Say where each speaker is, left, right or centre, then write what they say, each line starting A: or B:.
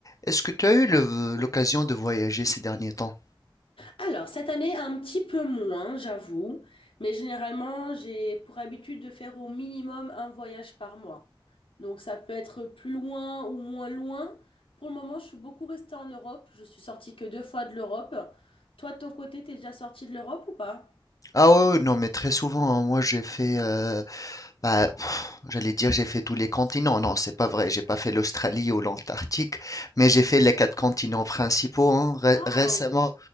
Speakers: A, on the left (about 40°); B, on the left (about 85°).
A: Est-ce que tu as eu le- l'occasion de voyager ces derniers temps?
B: Alors, cette année, un petit peu moins, j'avoue, mais généralement, j'ai pour habitude de faire au minimum un voyage par mois. Donc, ça peut être plus loin ou moins loin. Pour le moment, je suis beaucoup restée en Europe. Je suis sortie que deux fois de l'Europe. Toi, de ton côté, t'es déjà sortie de l'Europe ou pas?
A: Ah ouais, ouais, non, mais très souvent, hein, moi j'ai fait, euh, bah, pff, j'allais dire j'ai fait tous les continents. Non, c'est pas vrai, j'ai pas fait l'Australie ou l'Antarctique, mais j'ai fait les quatre continents principaux hein, ré-
B: Waouh!
A: récemment.